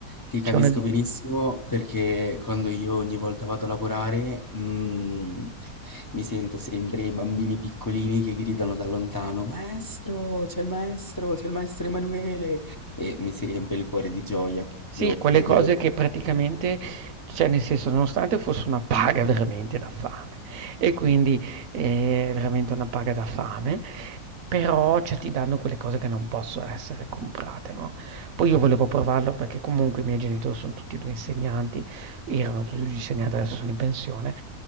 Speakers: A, on the left; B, on the right.
A: ti
B: C'è
A: capisco
B: una, di-
A: benissimo perché quando io ogni volta vado a lavorare, mm, mi sento sempre i bambini piccolini che gridano da lontano, Maestro, c'è il maestro, c'è il maestro Emanuele! E mi si riempie il cuore di gioia, proprio
B: Sì, quelle
A: vedo.
B: cose che praticamente, cioè nel senso, nonostante fosse una paga veramente da fame, e quindi eh, è veramente una paga da fame, però cioè, ti danno quelle cose che non possono essere comprate, no? Poi io volevo provarlo perché comunque i miei genitori sono tutti e due insegnanti, erano tutti e due insegnanti, adesso sono in pensione,